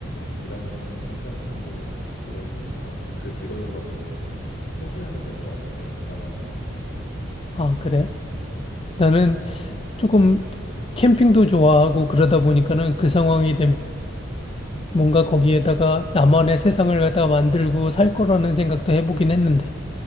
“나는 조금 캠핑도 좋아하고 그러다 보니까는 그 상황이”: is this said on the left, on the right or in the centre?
Left